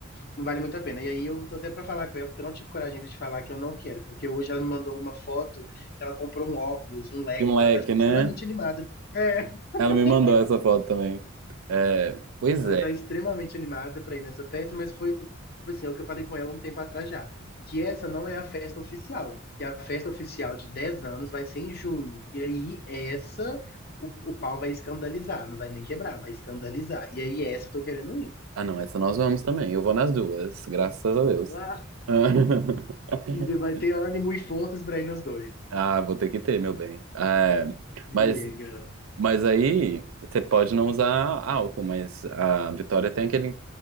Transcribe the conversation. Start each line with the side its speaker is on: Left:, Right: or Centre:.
Left: não vale muito a pena. E aí eu tô até pra falar com ela, porque eu não tive coragem ainda de falar que eu não quero, porque hoje ela me mandou uma foto que ela comprou um óculos, um leque,
Right: e um leque,
Left: que ela tá, tipo,
Right: né?
Left: extremamente animada. É. <laughs>
Right: Ela me mandou essa foto também. É, pois
Left: Ela
Right: é.
Left: tá extremamente animada pra ir nessa festa, mas foi, tipo assim, é o que eu falei com ela um tempo atrás já. Que essa não é a festa oficial. Que a festa oficial de 10 anos vai ser em junho. E aí, essa, o, o pau vai escandalizar. Não vai nem quebrar, vai escandalizar. E aí, essa eu tô querendo ir.
Right: Ah, não, essa nós vamos também. Eu vou nas duas, graças a Deus.
Left: Ah,
Right: <laughs>
Left: E você vai ter ânimo e forças pra ir nos dois.
Right: Ah, vou ter que ter, meu bem. É,
Left: Minha
Right: mas,
Left: nega.
Right: mas aí você pode não usar álcool, mas a Vitória tem aquele,